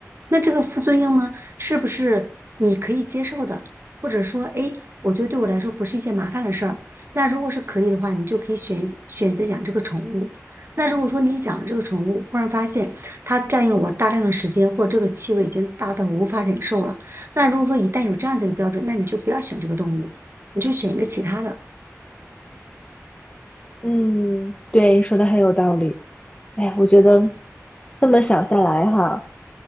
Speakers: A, on the right; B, on the left.
A: 那这个副作用呢，是不是你可以接受的？或者说，哎，我觉得对我来说不是一件麻烦的事儿。那如果是可以的话，你就可以选选择养这个宠物。那如果说你养这个宠物，忽然发现它占用我大量的时间，或者这个气味已经大到无法忍受了。那如果说一旦有这样子一个标准，那你就不要选这个动物，你就选一个其他的。
B: <laughs> 嗯，对，你说的很有道理。哎，我觉得这么想下来哈。